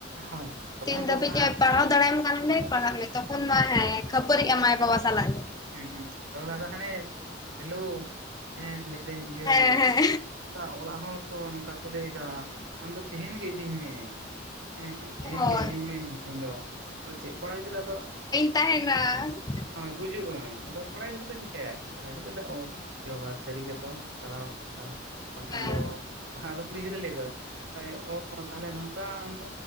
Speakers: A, on the right; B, on the left.
A: ᱦᱳᱭ ᱛᱚᱠᱷᱚᱱ
B: ᱛᱤᱱ
A: ᱫᱚ
B: ᱫᱷᱟᱹᱵᱤᱡ
A: ᱵᱟᱝ
B: ᱮ ᱯᱟᱲᱦᱟᱣ ᱫᱟᱲᱮᱭᱟᱢ ᱠᱟᱱᱟᱞᱮ ᱯᱟᱲᱦᱟᱜ ᱢᱮ ᱛᱚᱠᱷᱚᱱ ᱢᱟ ᱦᱮᱸ
A: ᱦᱩᱸ
B: ᱠᱷᱟᱹᱯᱟᱹᱨᱤᱜ ᱟᱢ ᱟᱭᱳ ᱵᱟᱵᱟ ᱥᱟᱞᱟᱜ᱾
A: ᱦᱩᱸ ᱦᱩᱸᱦᱩᱸ᱾ᱛᱚᱠᱷᱚᱱ ᱫᱚ ᱟᱫᱚ ᱦᱟᱱᱮ ᱦᱮᱞᱚ ᱦᱮᱸ ᱞᱟᱹᱭ ᱫᱟᱹᱧ ᱤᱭᱟᱹ <unintelligible>
B: ᱦᱮᱸ ᱦᱮᱸ
A: ᱚᱲᱟᱜ ᱦᱚᱲ ᱠᱚ ᱱᱚᱝᱠᱟ ᱠᱚ ᱞᱟᱹᱭᱫᱟ ᱟᱢᱫᱚ ᱛᱮᱦᱮᱱ ᱜᱮ ᱤᱫᱤᱧ ᱢᱮ᱾ ᱦᱮᱸ ᱦᱮᱸ ᱛᱮᱦᱮᱧ
B: ᱦᱳᱭ
A: ᱜᱮ ᱤᱫᱤᱧ ᱢᱮ ᱤᱧ ᱫᱚ ᱟᱫᱚ ᱪᱮᱫ ᱠᱚᱲᱟ ᱜᱤᱫᱽᱨᱟᱹ ᱟᱫᱚ
B: ᱛᱟᱦᱮᱱ <unintelligible>
A: ᱦᱳᱭ ᱜᱩᱡᱩᱜ ᱟᱹᱧ ᱟᱫᱚ ᱠᱚᱲᱟ ᱜᱤᱫᱽᱨᱟᱹ ᱫᱚ ᱪᱤᱠᱟᱹᱭᱟᱭ ᱠᱚᱲᱟ ᱜᱤᱫᱽᱨᱟᱹ ᱫᱚ <unintelligible> ᱮ ᱵᱟᱵᱟ ᱥᱟᱹᱨᱤ ᱜᱮᱛᱚ ᱪᱟᱞᱟᱣ ᱫᱚᱨᱠᱟᱨᱟ ᱵᱟᱝᱠᱷᱟᱱ
B: ᱦᱮᱸ
A: ᱫᱚ ᱵᱟᱠᱷᱟᱱ ᱟᱫᱚ ᱠᱩᱲᱤ ᱜᱤᱫᱽᱨᱟᱹᱭ ᱞᱟᱹᱭ ᱮᱫᱟᱭ ᱚ ᱛᱟᱦᱞᱮ ᱱᱚᱝᱠᱟ ᱟᱢᱫᱚ